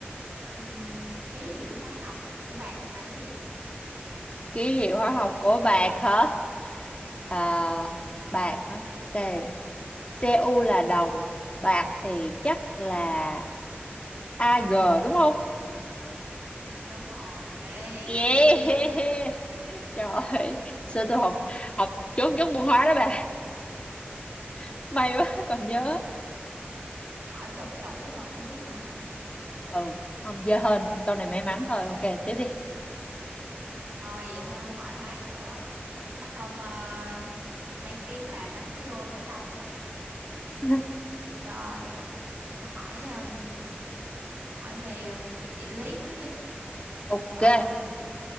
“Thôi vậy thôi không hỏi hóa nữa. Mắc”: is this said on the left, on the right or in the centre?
Right